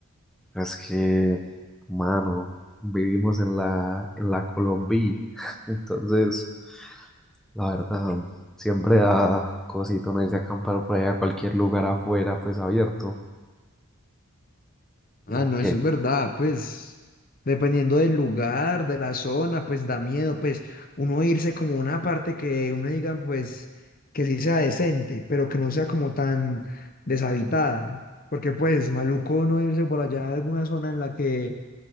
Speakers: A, in the centre; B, on the left.
A: pero es que, mano, vivimos en la, en la Colombia, <laughs> entonces... La verdad, siempre da cosito no irse a acampar por ahí a cualquier lugar afuera, pues abierto.
B: Ah,
A: Ok.
B: no, eso es verdad, pues dependiendo del lugar, de la zona, pues da miedo, pues uno irse como a una parte que uno diga, pues que sí sea decente, pero que no sea como tan deshabitada, porque pues maluco uno irse por allá a alguna zona en la que